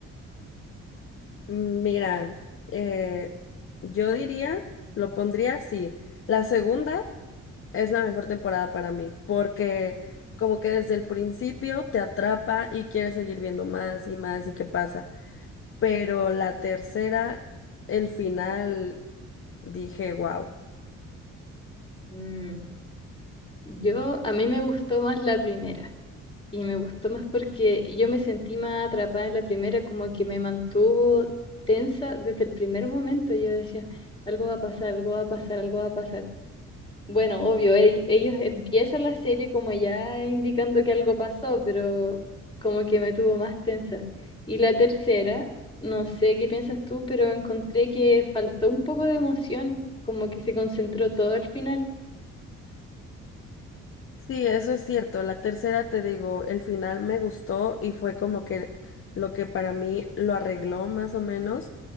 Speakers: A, on the left; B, on the left.
A: Mira, eh, yo diría, lo pondría así. La segunda es la mejor temporada para mí, porque como que desde el principio te atrapa y quieres seguir viendo más y más y qué pasa. Pero la tercera, el final, dije, wow.
B: Mm, Yo, a mí me gustó más la primera. Y me gustó más porque yo me sentí más atrapada en la primera, como que me mantuvo tensa desde el primer momento. Yo decía, algo va a pasar, algo va a pasar, algo va a pasar. Bueno, obvio, ell- ellos empiezan la serie como ya indicando que algo pasó, pero como que me tuvo más tensa. Y la tercera, no sé qué piensas tú, pero encontré que faltó un poco de emoción, como que se concentró todo al final.
A: Sí, eso es cierto. La tercera, te digo, el final me gustó y fue como que lo que para mí lo arregló más o menos,